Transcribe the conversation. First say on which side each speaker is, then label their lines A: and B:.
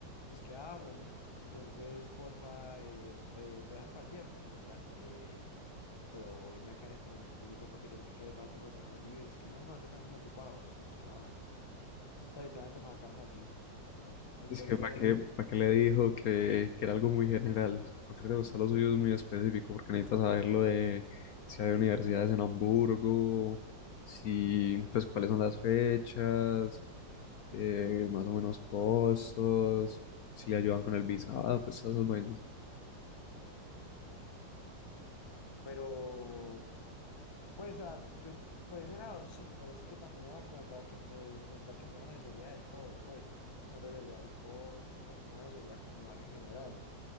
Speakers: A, on the left (about 35°); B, on the left (about 70°).
A: Y es que, ah, bueno, entonces, porfa, eh, eh, lo dejas para el viernes. Y yo en plan, eh, pero vine acá en este momentico porque es el, que el rato que tengo libre. Y es que, no, no, no, es que están muy ocupados. Y yo es que, ah, bueno. O sea, literalmente me marcaron así. Entonces...
B: Es que para qué, para qué le dijo que, que era algo muy general, porque le gustan los suyos muy específico, porque necesita saber lo de si hay universidades en Hamburgo, si, pues cuáles son las fechas, eh, más o menos costos, si le ayudan con el visado, pues todas esas vainas.
A: Pero, Pues ah, yo por ese lado sí, pero es que también era como para que me intentar que me dieran asesoría del todo, pues cuánto sería el costo, pues como una asesoría como más en general,